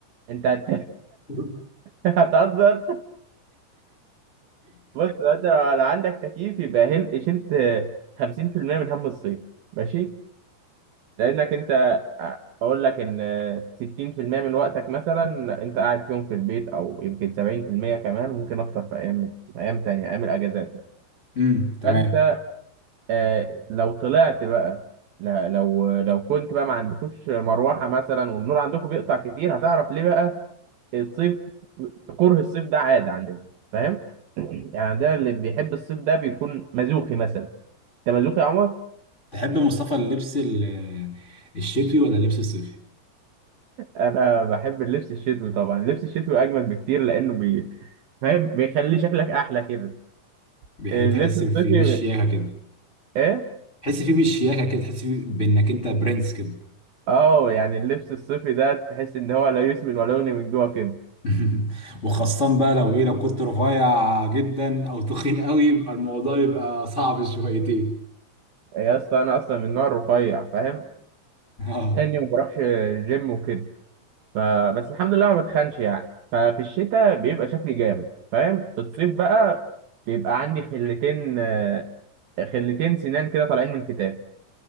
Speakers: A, on the right (about 70°); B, on the left (about 20°).
A: انت هت...
B: <laughs>
A: <laughs> هتهزر بص انت لو لو عندك تكييف يبقى هل... شلت 50% من هم الصيف ماشي لانك انت اقول لك ان 60% من وقتك مثلا انت قاعد فيهم في البيت او يمكن 70% كمان ممكن اكتر في ايام ايام تانية ايام الاجازات
B: امم تمام
A: فانت آه لو طلعت بقى لا لو لو كنت بقى ما عندكوش مروحة مثلا والنور عندكم بيقطع كتير هتعرف ليه بقى الصيف كره الصيف ده عادة عندنا فاهم <clears throat> يعني عندنا اللي بيحب الصيف ده بيكون مزوخي مثلا انت مزوخي يا عمر
B: تحب مصطفى اللبس ال- الشتوي ولا اللبس الصيفي؟
A: انا بحب اللبس الشتوي طبعا اللبس الشتوي اجمل بكتير لانه بي... فاهم بيخلي شكلك احلى كده
B: بيح-
A: اللبس
B: تحس
A: الصيفي
B: فيه بالشياكه كده
A: ايه
B: تحس فيه بالشياكه كده تحس فيه بانك انت برنس كده.
A: اه يعني اللبس الصيفي ده تحس ان هو لا يسمن ولا يغني من جوه كده
B: <laughs> وخاصة بقى لو ايه لو كنت رفيع جدا او تخين قوي يبقى الموضوع يبقى صعب شويتين
A: يا اسطى انا اصلا من نوع رفيع فاهم
B: اه
A: لاني ما بروحش جيم وكده فبس الحمد لله ما بتخنش يعني ففي الشتاء بيبقى شكلي جامد فاهم في الصيف بقى بيبقى عندي خلتين آه، خلتين سنان كده طالعين من كتاب